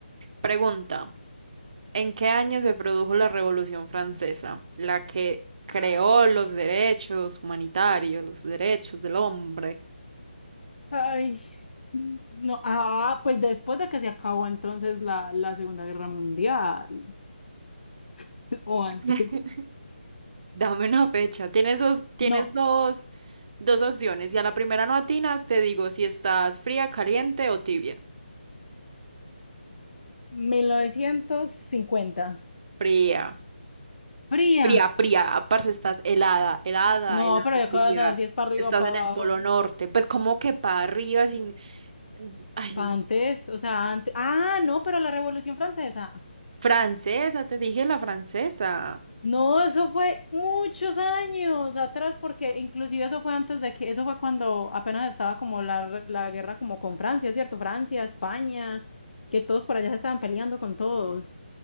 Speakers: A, on the right; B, on the left.
A: Pregunta. ¿En qué año se produjo la Revolución Francesa, la que creó
B: Ay.
A: los derechos humanitarios, los derechos del hombre?
B: Ay, no, ah, pues después de que se acabó entonces la, la Segunda Guerra Mundial, <laughs> o antes,
A: <laughs> Dame una fecha. Tienes dos, tienes
B: no,
A: dos, dos opciones. Y a la primera no atinas, te digo si estás fría, caliente o tibia.
B: mil novecientos cincuenta,
A: Fría,
B: fría,
A: fría, fría. Parce, estás helada, helada,
B: no,
A: helada,
B: pero yo acabo
A: fría.
B: de saber si es para arriba
A: Estás
B: o para
A: en el
B: abajo,
A: Polo Norte. Pues como que para arriba sin... Ay,
B: para antes, o sea, antes, ah, no, pero la Revolución Francesa,
A: francesa, te dije la francesa.
B: no, eso fue muchos años atrás, porque inclusive eso fue antes de que, eso fue cuando apenas estaba como la, re- la guerra como con Francia, ¿cierto? Francia, España, que todos por allá se estaban peleando con todos.